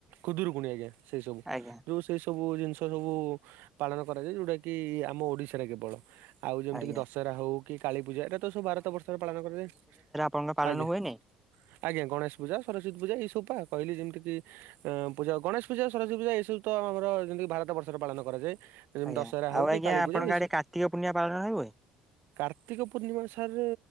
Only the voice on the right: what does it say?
ଖୁଦୁରୁକୁଣୀ ଆଜ୍ଞା ସେଇ ସବୁ
ଯେଉଁ ସେଇ ସବୁ ଜିନିଷ ସବୁ ପାଳନ କରାଯାଏ ଯୋଉଟା କି ଆମ ଓଡିଶାରେ କେବଳ। ଆଉ ଯେମିତି
କିି ଦଶହରା ହଉ କି କାଳୀପୂଜା ଏଇଟା ତ ସବୁ ଭାରତ ବର୍ଷରେ ପାଳନ କରାଯାଏ।
ଆଜ୍ଞା
ଆଜ୍ଞା ଗଣେଶ ପୂଜା ସରସ୍ଵତି ପୂଜା ଏଇ ସବୁ ପା କହିଲି ଯେମିତି କିି ପୂଜା ଗଣେଶ ପୂଜା ସରସ୍ୱତୀ ପୂଜା ଏସବୁ ତ ଆମର ଯେମତିିକି ଭାରତ ବର୍ଷରେ ପାଳନ କରାଯାଏ। ଯେମିତି
ଦଶହରା ହଉ
କି
କାଳୀ
ପୂଜା ଏଇ
ସବୁ
କାର୍ତ୍ତିକ ପୂର୍ଣ୍ଣିମା ସାର୍